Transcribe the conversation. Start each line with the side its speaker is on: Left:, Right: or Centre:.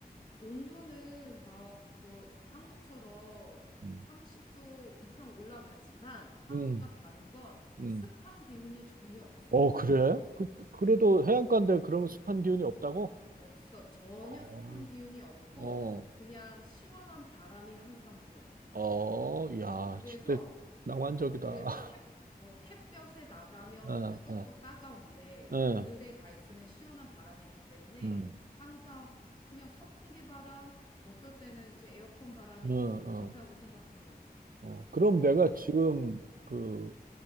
Left: 온도는 막 뭐 한국처럼
Right: 음,
Left: 30도 이상 올라가지만 한국과
Right: 음.
Left: 다른 건
Right: 음.
Left: 습한 기운이 전혀 없어.
Right: 어, 그래? 그, 그래도
Left: 어,
Right: 해안가인데 그런 습한 기운이 없다고?
Left: 없어. 전혀
Right: 어,
Left: 습한 기운이 없고
Right: 어,
Left: 그냥 시원한 바람이 항상 불어.
Right: 어, 야,
Left: 그래서
Right: 진짜 낭만적이다.
Left: 어 그래서
Right: <laughs>
Left: 햇 어, 햇볕에 나가면
Right: 어,
Left: 뜨겁고
Right: 어,
Left: 따가운데
Right: 어,
Left: 그늘에 가 있으면 시원한 바람이 있기 때문에
Right: 음,
Left: 항상 그냥 선풍기 바람 어떨 때는 이제 에어컨 바람이
Right: 어, 어.
Left: 이제 분다고 생각하면 돼.
Right: 어, 그럼 내가
Left: 음.
Right: 지금 그